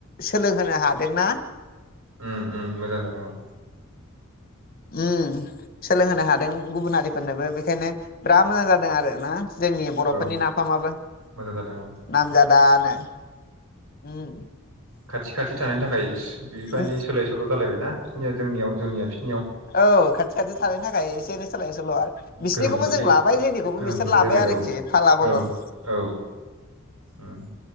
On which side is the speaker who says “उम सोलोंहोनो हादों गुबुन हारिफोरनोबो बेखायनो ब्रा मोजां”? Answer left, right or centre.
Left